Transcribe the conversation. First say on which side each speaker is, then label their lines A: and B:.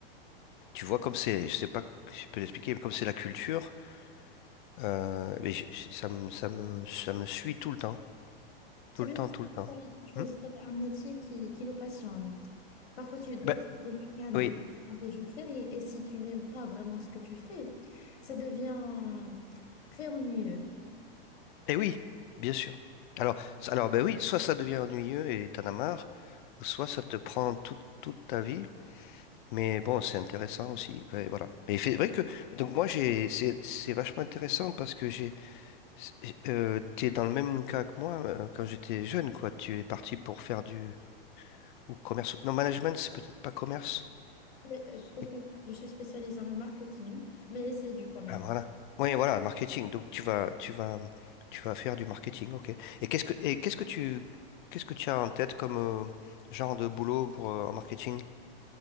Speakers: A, on the left; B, on the left.
A: tu vois, comme c'est, je sais pas si je peux l'expliquer, mais comme c'est la culture, euh, mais je- ça me, ça me, ça me suit tout le temps,
B: C'est
A: tout le
B: bien.
A: temps, tout le temps.
B: pourquoi Il faut choisir
A: Hmm
B: un métier qui, qui nous passionne. Parfois, tu dois
A: Ben,
B: te le week-end
A: oui,
B: ou dans tes jours fériés. Et si tu n'aimes pas vraiment ce que tu fais, ça devient très ennuyeux.
A: et oui, bien sûr. Alors, ça- alors, ben oui, soit ça devient ennuyeux et t'en as marre, ou soit ça te prend toute toute ta vie. Mais bon, c'est intéressant aussi. Ouais, Voilà. Mais c'est vrai que donc moi j'ai c'est c'est vachement intéressant parce que j'ai c'est- euh, t'es dans le même cas que moi euh, quand j'étais jeune quoi. Tu es parti pour faire du ou commerce. Non, management c'est peut-être pas commerce.
B: Oui, Je suis
A: Et-
B: spécialisée je suis spécialisée en marketing, mais c'est du commerce.
A: Ah voilà. Oui, voilà, marketing. Donc tu vas tu vas tu vas faire du marketing, ok. Et qu'est-ce que et qu'est-ce que tu qu'est-ce que tu as en tête comme euh, genre de boulot pour, euh, en marketing